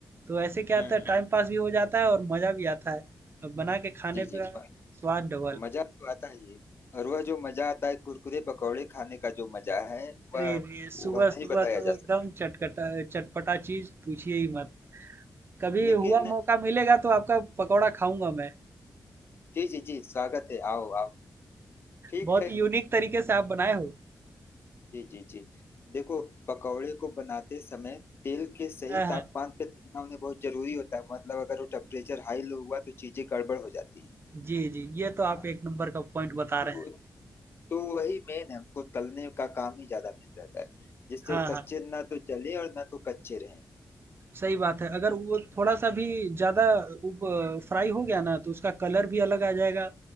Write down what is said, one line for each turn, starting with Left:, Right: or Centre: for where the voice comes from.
Right: तो ऐसे क्या
Left: हम्म
Right: होता है
Left: हम्म
Right: टाइम पास भी हो जाता है और मज़ा भी आता है। अब बना के खाने
Left: जी जी
Right: का
Left: म,
Right: स्वाद डबल।
Left: मजा तो आता ही है और वह जो मजा आता है कुरकुरे पकौड़े खाने का जो मजा है वह
Right: अरे रे! सुबह-सुबह
Left: वह नहीं बताया
Right: तो
Left: जा
Right: एकदम
Left: सकता
Right: चटकटा चटपटा चीज़ पूछिए ही मत। कभी
Left: लेकिन
Right: हुआ मौका मिलेगा तो आपका पकौड़ा खाऊँगा मैं।
Left: जी जी जी स्वागत है आओ आओ ठीक
Right: बहुत
Left: है
Right: ही यूनिक तरीके से आप बनाए हो।
Left: जी जी जी देखो पकौड़े को बनाते समय तेल के सही
Right: हाँ, हाँ।
Left: तापमान पे तलना उन्हें बहुत जरूरी होता है मतलब अगर वो टेम्परेचर हाई लो हुआ तो चीजें गड़बड़ हो जाती
Right: जी, जी। ये तो आप
Left: है हाँ,
Right: एक नंबर का पॉइंट बता रहे
Left: तो
Right: हैं।
Left: तो वही मेन है हमको तलने का काम ही ज्यादा मेन रहता है जिससे
Right: हाँ,
Left: वो
Right: हाँ।
Left: कच्चे ना तो जले और ना तो कच्चे रहें
Right: सही बात है। अगर
Left: ठीक
Right: वो
Left: है?
Right: थोड़ा-सा भी ज़्यादा उब फ्राई हो गया ना, तो उसका कलर भी अलग आ जाएगा